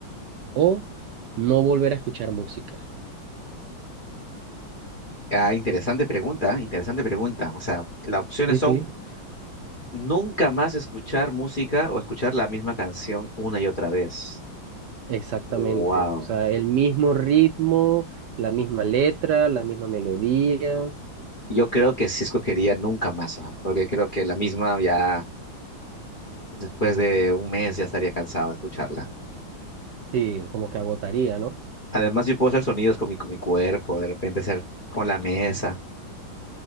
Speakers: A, on the right; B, on the left.
A: o no volver a escuchar música?
B: Ah, interesante pregunta, interesante pregunta. O sea, las opciones
A: Sí,
B: son
A: sí.
B: nunca más escuchar música o escuchar la misma canción una y otra vez.
A: Exactamente,
B: Wow.
A: o sea, el mismo ritmo, la misma letra, la misma melodía,
B: Yo creo que sí escogería nunca más, ¿ah? Porque creo que la misma ya después de un mes ya estaría cansado de escucharla.
A: sí, como que agotaría, ¿no?
B: Además, yo puedo hacer sonidos con mi, con mi cuerpo, de repente hacer con la mesa,